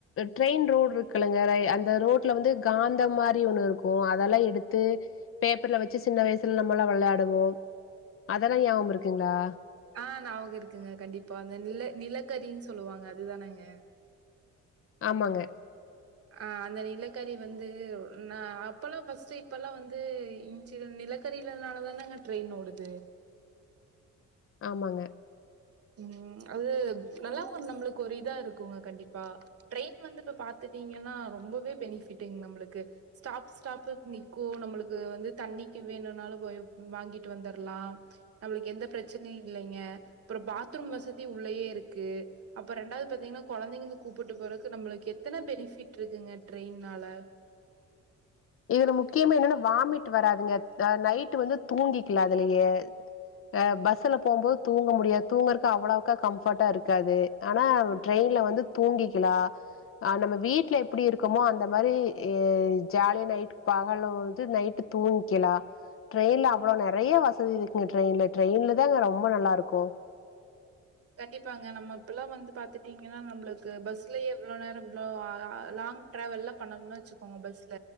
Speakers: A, on the left (about 45°); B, on the right (about 50°).
A: ட்ரெயின் ரோடு இருக்குலங்க ரய் அந்த ரோட்ல வந்து காந்தமா மாரி ஒண்ணு இருக்கு அதெல்லா எடுத்து பேப்பர்ல வச்சு சின்ன வயசுல நம்மல்லா விள்ளாடுவோ அதெல்லா ஞாபக இருக்குங்களா
B: ஆ ஞாவுக இருக்குங்க கண்டிப்பா அந்த நில நிலக்கரின்னு சொல்லுவாங்க அதுதானங்க
A: ஆமாங்க
B: ஆ அந்த நிலக்கறி வந்து நா அப்பல்லா ஃபர்ஸ்ட்டு இப்பல்லா வந்து ஞ்சு நிலக்கரியிலனால தான ட்ரெயின் ன் ஓடுது
A: ஆமாங்க
B: ம் அது நல்லாவு நம்மளுக்கு ஒரு இதா இருக்குங்க கண்டிப்பா ட்ரெயின் வந்து இப்ப பாத்து ங்கன்னா ரொம்பவே பெனிஃபிட்ங்க நம்மளுக்கு ஸ்டாப் ஸ்டாப்க்கு நிக்கு நம்மளுக்கு வந்து தண்ணி வேணுனாலு போய் வாங்கிட்டு வந்துற லா நம்மளுக்கு எந்த பிரச்சனையு இல்லைங்க அப்புற பாத்ரூம் வசதி உள்ளேயே இருக்கு அப்பற ரெண்டாவது பாத்தீங்கன்னா கொழந்தைங்கங்க கூப்ட்டு போறதுக்கு நம்மளுக்கு எத்த எத்தன பெனிஃபிட் இருக்குங்க ட்ரெயின்னால
A: இதுல முக்கியமா என்னன்னா வாமிட் வராதுங்க ஆ நைட் வந்து தூங்கிக்கல அதுலயே ஆ பஸ்ல போம்போது தூங்க முடியாது தூங்கறக்கு அவ்வளவுக்கா கம்ஃபர்ட்டா இருக்காது ஆனா ட்ரெயின் ல வந்து தூங்கிக்கலா அ நம்ம வீட்ல எப்படி இருக்கமோ அந்த மாரி ஜாலியா நைட்டு பகலு வந்து நைட்டு் தூங்க்கிலா ட்ரெயின்ல அவ்ளோ நெறைய வசதி இருக்குங்க ட்ரெயின்ல டிரெயின்ல தாங்க ரொம்ப நல்லாருக்கு
B: கண்டிப்பாங்க நம்ம இப்பல்லா வந்து பாத்துட்டீங்கன்னா நம்மளுக்கு பஸ்லயே இவ்ளோ நேர இவ்ளோ ளா லாங் ட்ராவல் பண்ணம்னா வச்சுக்கோங்க பஸ்ல